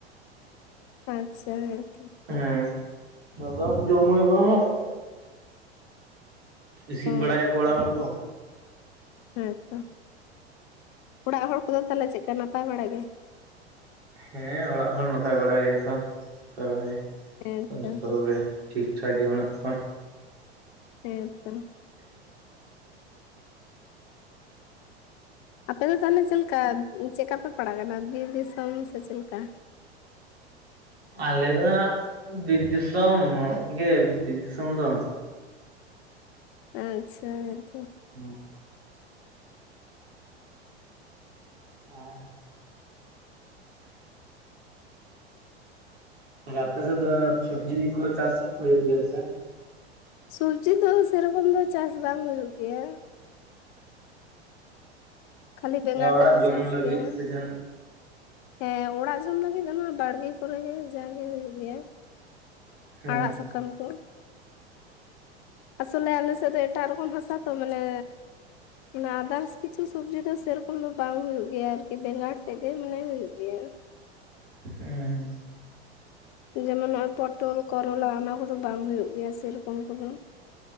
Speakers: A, on the left; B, on the right.
A: ᱟᱪ ᱪᱷᱟ ᱦᱚᱭᱛᱚ
B: ᱦᱮᱸ ᱟᱫᱚ ᱡᱚᱢ ᱦᱩᱭᱩᱜ-ᱟ ᱦᱟᱜ <inaudible> ᱤᱥᱤᱱ
A: ᱚ
B: ᱵᱟᱲᱟᱭᱟ ᱠᱚ ᱚᱲᱟᱜ ᱦᱚᱲ ᱠᱩ
A: ᱦᱮᱸᱛᱚ ᱚᱲᱟᱜ ᱦᱚᱲ ᱠᱚᱫᱚ ᱛᱟᱦᱞᱮ ᱪᱮᱫ ᱞᱮᱠᱟ ᱱᱟᱯᱟᱭ ᱵᱟᱲᱟ ᱜᱮ
B: ᱦᱮᱸ ᱚᱲᱟᱜ ᱦᱚᱲ ᱱᱟᱯᱟᱭ ᱵᱟᱲᱟ ᱜᱮ ᱮᱠᱷᱚᱱ ᱱᱟᱯᱟᱭ ᱵᱟᱲᱟ ᱜᱮ
A: ᱦᱮᱸᱛᱚ
B: ᱡᱚᱛᱚ ᱠᱚᱜᱮ ᱾ ᱴᱷᱤᱠ ᱴᱷᱟᱠ ᱜᱮ ᱢᱮᱱᱟᱜ ᱠᱚᱣᱟ ᱾
A: ᱦᱮᱸ ᱛᱚ ᱟᱯᱮᱫ ᱫᱚ ᱛᱟᱦᱚᱞᱮ ᱪᱮᱫ ᱞᱮᱠᱟ, ᱪᱮᱫ ᱞᱮᱠᱟ ᱯᱮ ᱯᱟᱲᱟᱜ ᱠᱟᱱᱟ ᱵᱤᱨ ᱫᱤᱥᱚᱢ ᱥᱮ ᱪᱮᱫ ᱞᱮᱠᱟ?
B: ᱟᱞᱮ ᱫᱚ ᱦᱟᱜ ᱵᱤᱨ ᱫᱤᱥᱚᱢ ᱜᱮ ᱵᱤᱨ ᱫᱤᱥᱚᱢ ᱫᱚ ᱾
A: ᱟᱪᱪᱷᱟ ᱦᱮᱸ ᱛᱚ
B: ᱦᱮᱸ ᱦᱮᱸ ᱛᱟᱦᱞᱮ ᱟᱯᱮᱥᱮᱫ ᱫᱚ ᱥᱚᱵᱽᱡᱤ ᱠᱚ ᱪᱟᱥ ᱠᱚ ᱦᱚ ᱦᱩᱭᱩᱜ ᱜᱮᱭᱟ ᱥᱮ
A: ᱥᱚᱵᱡᱤ ᱫᱚ ᱥᱮᱨᱚᱠᱚᱢ ᱫᱚ ᱪᱟᱥ ᱵᱟᱝ ᱦᱩᱭᱩᱜ ᱜᱮᱭᱟ? ᱠᱷᱟᱹᱞᱤ ᱵᱮᱸᱜᱟᱲ
B: ᱦᱮᱸ ᱚᱲᱟᱜ
A: ᱛᱮᱠᱚ
B: ᱡᱚᱢ
A: ᱪᱟᱥ
B: ᱞᱟᱹᱜᱤᱫ
A: ᱜᱮᱭᱟ
B: ᱥᱮ ᱡᱟᱸᱦᱟᱱᱟᱜ
A: ᱦᱮᱸ ᱚᱲᱟᱜ ᱡᱚᱢ ᱞᱟᱹᱜᱤᱫ ᱫᱚ ᱱᱚᱣᱟ ᱵᱟᱲᱜᱮ ᱠᱚᱨᱮ ᱜᱮ ᱡᱟᱜᱮ ᱦᱩᱭᱩᱜ ᱜᱮᱭᱟ ᱾
B: ᱦᱮᱸ
A: ᱟᱲᱟᱜ ᱥᱟᱠᱟᱢ ᱠᱚ ᱟᱥᱚᱞᱮ ᱟᱞᱮ ᱥᱮᱫ ᱫᱚ ᱮᱴᱟᱜ ᱨᱮᱠᱚᱢ ᱦᱟᱥᱟ ᱛᱚ ᱢᱟᱱᱮ ᱚᱱᱟ ᱟᱫᱟᱨᱥ ᱠᱤᱪᱷᱩ ᱥᱚᱵᱡᱤ ᱫᱚ ᱥᱮᱨᱚᱠᱚᱢ ᱫᱚ ᱵᱟᱝ ᱦ ᱦᱩᱭᱩᱜ ᱜᱮᱭᱟ, ᱟᱨᱠᱤ ᱵᱮᱸᱜᱟᱲ ᱛᱮᱫᱜ ᱜᱮ ᱢᱟᱱᱮ ᱦᱩᱭᱩᱜᱭ ᱜᱮᱭᱟ᱾
B: ᱦᱮᱸ
A: ᱡᱮᱢᱚᱱ ᱱᱚᱜ ᱚᱭ ᱯᱚᱴᱚᱞ ᱠᱚᱨᱚᱞᱟ ᱚᱱᱟ ᱠᱚᱫᱚ ᱵᱟᱝ ᱦᱩᱭᱩᱜ ᱜᱮᱭᱟ ᱥᱮᱨᱚᱠᱚᱢ ᱠᱚᱫᱚ ᱾